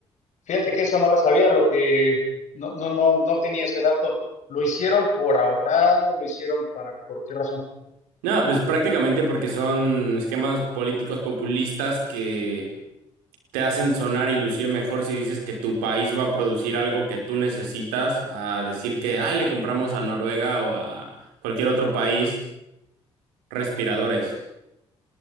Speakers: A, on the left; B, on the right.
A: Fíjate que eso no lo sabía, lo que no, no, no, no tenía ese dato. Lo hicieron por ahorrar, lo hicieron para, ¿por qué razón?
B: Nada, pues prácticamente porque son esquemas políticos populistas que te hacen sonar y lucir mejor si dices que tu país va a producir algo que tú necesitas, a decir que, ay, le compramos a Noruega o a cualquier otro país respiradores.